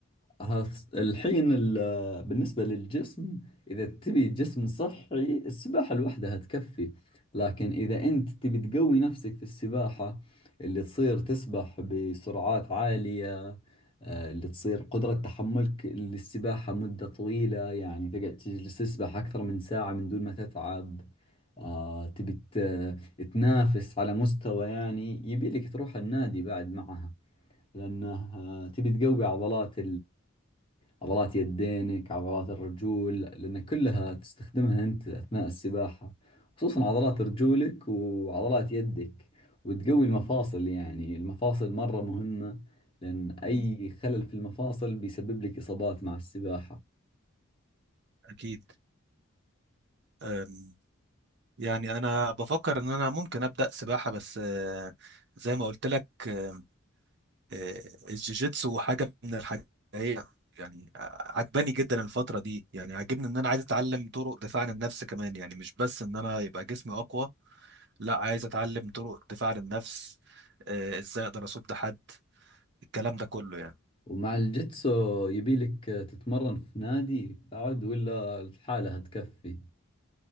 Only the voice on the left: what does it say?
هف- الحين ال- بالنسبة للجسم إذا تبي جسم صحي السباحة لوحدها تكفي لكن إذا أنت تبي تقوي نفسك في السباحة اللي تصير تسبح بسرعات عالية آه، اللي تصير قدرة تحملك للسباحة مدة طويلة يعني تقعد تجلس تسبح أكثر من ساعة من دون ما تتعب آه، تبي ت- تنافس على مستوى يعني يبي لك تروح النادي بعد معها لأنه آه، تبي تقوي عضلات عضلات يدينك عضلات الرجول لأن كلها تستخدمها أنت أثناء السباحة خصوصا عضلات رجولك وعضلات يدك وتقوي المفاصل يعني المفاصل مرة مهمة لأن أي
خلل في المفاصل بيسبب لك إصابات مع السباحة
ومع الجيتسو يبيلك تتمرن في نادي بعد ولا الحالة هتكفي